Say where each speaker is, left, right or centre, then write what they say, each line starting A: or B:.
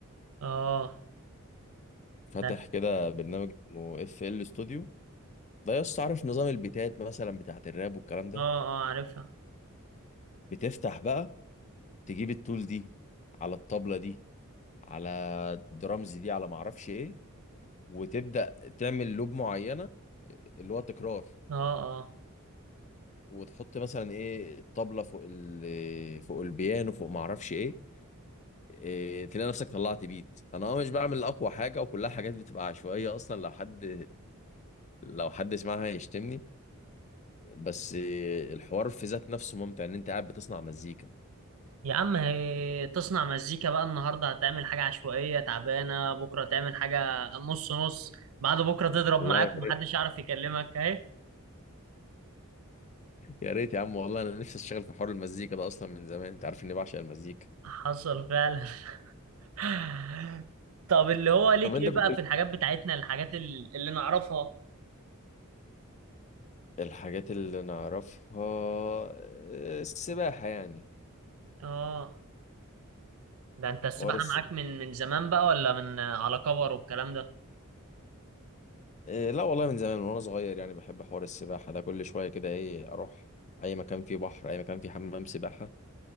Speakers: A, on the right; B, on the left.
A: اه
B: فاتح
A: ده
B: كده برنامج اسمه اف ال ستوديو ده يا اسطى عارف نظام البيتات مثلا بتاعت الراب والكلام ده
A: اه اه عارفها
B: بتفتح بقى تجيب التول دي على الطبلة دي على الدرامز دي على معرفش إيه وتبدأ تعمل لوب معينة اللي هو تكرار
A: اه آه.
B: وتحط مثلا ايه الطبلة فوق ال فوق البيانو فوق ما اعرفش ايه إيه تلاقي نفسك طلعت بيت انا اه مش بعمل اقوى حاجه وكلها حاجات بتبقى عشوائيه اصلا لو حد لو حد سمعها يشتمني بس إيه، الحوار في ذات نفسه ممتع ان انت قاعد بتصنع مزيكا
A: يا عم هي تصنع مزيكا بقى النهارده هتعمل حاجة عشوائية تعبانة بكرة تعمل حاجة نص نص بعد بكرة تضرب
B: والله
A: معاك ومحدش
B: <laughs>
A: يعرف يكلمك اهي
B: يا ريت يا عم والله انا نفسي اشتغل في حوار المزيكا ده اصلا من زمان انت عارف اني بعشق المزيكا
A: حصل فعلا <laughs> طب اللي هو ليك
B: طب انت
A: ايه
B: كنت
A: بقى في الحاجات بتاعتنا الحاجات ال- اللي نعرفها
B: الحاجات اللي نعرفها آه، السباحه يعني
A: اه ده انت السباحة
B: حوار السباحه
A: معاك من من زمان بقى ولا من على كبر والكلام ده
B: إيه لا والله من زمان من وانا صغير يعني بحب حوار السباحه ده كل شويه كده ايه اروح اي مكان فيه بحر اي مكان فيه حمام سباحه